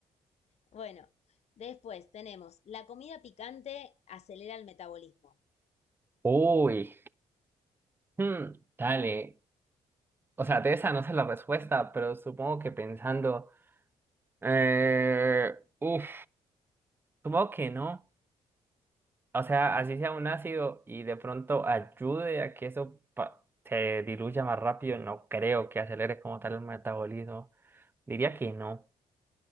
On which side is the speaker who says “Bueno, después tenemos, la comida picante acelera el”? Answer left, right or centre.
Left